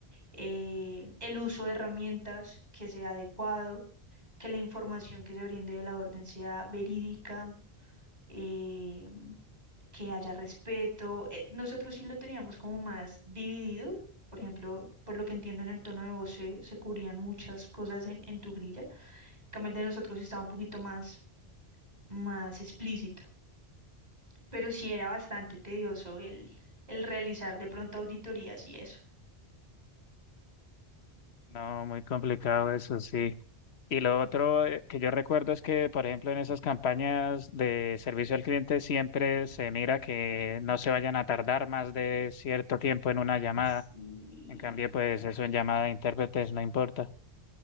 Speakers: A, on the right; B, on the left.
A: eh, el uso de herramientas que sea adecuado que la información que se brinde de la orden sea verídica, eh, que haya respeto. Eh, nosotros sí lo teníamos como más dividido, por ejemplo, por lo que entiendo en el tono de voz se, se cubrían muchas cosas en, en tu grilla. En cambio, el de nosotros estaba un poquito más, más explícito, pero sí era bastante tedioso el, el realizar de pronto auditorías y eso.
B: No, muy complicado eso, sí. Y lo otro eh, que yo recuerdo es que, por ejemplo, en esas campañas de servicio al cliente siempre se mira que no se vayan a tardar más de cierto tiempo en una llamada.
A: Sí.
B: En cambio, pues eso en llamada de intérpretes no importa.